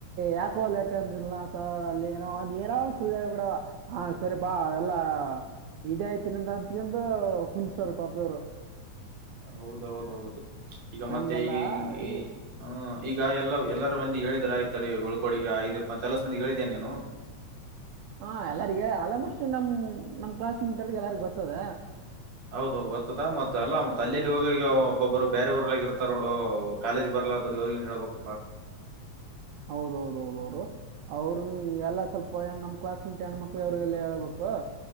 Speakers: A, on the right; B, on the right.
A: ಯಾಕೋಾಟಲ್ಲ ಅಲ್ಲಿ ಏನ ಏನ ಸುಳ್ಳಾರ ಕೂಡ ಹ ಸರಿ ಬಾ ಎಲ್ಲ ಇದೇ ಆಯ್ತಿನಂತ ಅತ್ಕಂದು ಹುಂದ್ಸರ್ ಪಾಪ ಯವ್ರು
B: ಹೌದೌದ ಹೌದು ಈಗ
A: ನಮ್ಗೆಲ್ಲ
B: ಮತ್ತೆ ಈಗ
A: ಈ-
B: ಹ್ಮ ಈಗ ಎಲ್ಲ ಎಲ್ಲಾರ ಮಂದಿ ಹೇಳಿದರ ಆತಾರೆ ಒಳ್ಕೋಡಗೆ ಆಯಪ್ಪ ಎಲ ಮಂದಿ ಹೇಳಿದೇ ನೀೇನು
A: ಹಾ ಎಲ್ಲರಿಗ ಅಲ್ಮಸ್ಟ್ ನಮ್ ನಮ್ ಕ್ಲಾಸ್ ಮೇಟ್ರ್ಗೆ ಎಲ್ಲಾರ್ಗ ಗೊತ್ತದ.
B: ಹೌದೌದು ಗೋತ್ತದ ಮತ್ತೆ ಅಲ್ಲ ಮತ ಅಲ್ಲಿ ಹೋಗ್ರಿಗ ಒಬ್ಬೊಬ್ಬರು ಬೇರೆ ಊರಲ್ಲಾಗಿ ಇರ್ತಾರ ನೋಡು ಕಾಲೇಜ್ ಬರ್ಲಾದದ್ರರು ಅವ್ರಗನ್ ಹ ಹೇಳಬೇಕಪ್ಪಾ.
A: ಹೌದೌದೌದ ವರು. ಅವರು ಎಲ್ಲಾ ಸ್ವಲ್ಪ ಹೆಣ ನಮ್ ಕ್ಲಾಸ್ ಮೇಟ್ ಹೆಣ್ಮಕ್ಳ ಅವರು ಎಲ್ಲ ಹೇಳ್ಬೇಕು.